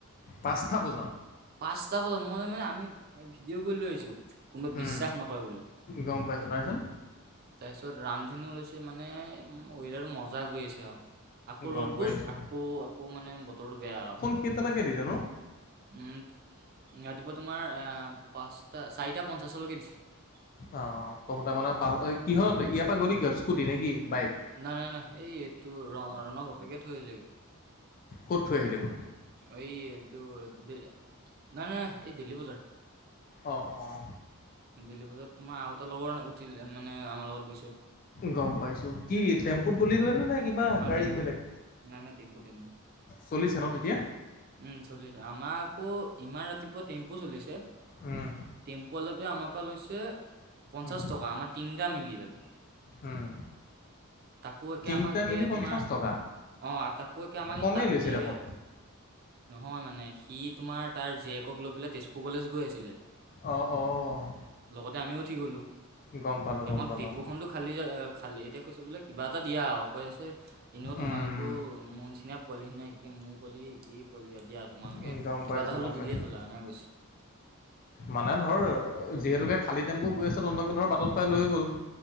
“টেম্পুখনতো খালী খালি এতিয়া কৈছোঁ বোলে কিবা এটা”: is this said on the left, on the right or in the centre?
Right